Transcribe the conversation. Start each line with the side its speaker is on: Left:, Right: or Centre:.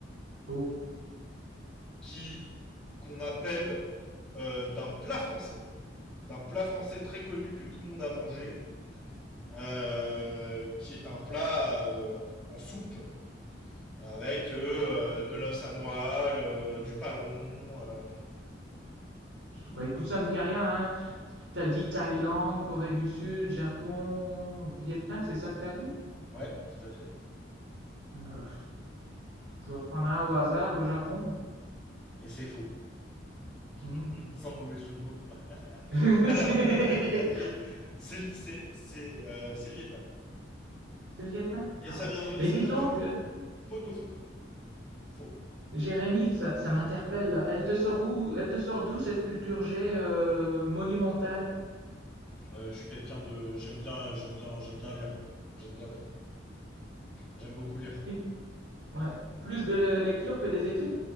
Right: Oh.
Centre: qui qu'on appelle euh, d'un plat français, d'un plat français très connu que tout le monde a mangé, euh, qui est un plat euh, en en soupe avec euh, de la samoile, euh, du paleron. euh,
Right: Bah, écoute, ça me dit rien, hein. T'as dit Thaïlande, Corée du Sud, Japon, Vietnam, c'est ça que t'as dit?
Centre: Ouais, tout à fait.
Right: Euh, je vais prendre un au hasard, le Japon.
Centre: Et c'est faux,
Right: hein. Hmm.
Centre: <laughs> sans mauvais jeu de mots.
Right: <laughs> C'est
Centre: Alors, <laughs> c'est c'est- c'est, euh, c'est le Vietnam.
Right: c'est le Vietnam?
Centre: Et
Right: Ah
Centre: ça
Right: ouais.
Centre: vient,
Right: Mais
Centre: ça
Right: dis
Centre: vient
Right: donc,
Centre: du mot
Right: euh,
Centre: pot au feu. Faux.
Right: Jérémy, ça, ça m'interpelle. Elle te sort où, elle te sort d'où cette culture G euh, monumentale?
Centre: Euh, je suis quelqu'un de. J'aime bien, j'aime bien, j'aime bien lire. J'aime bien lire. J'aime beaucoup lire.
Right: Une- Ouais. Plus de le- lecture que des études?